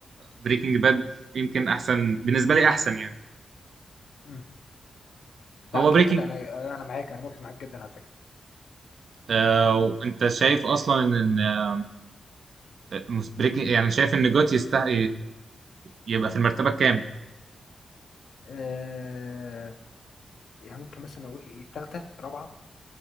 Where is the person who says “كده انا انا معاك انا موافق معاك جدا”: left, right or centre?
Left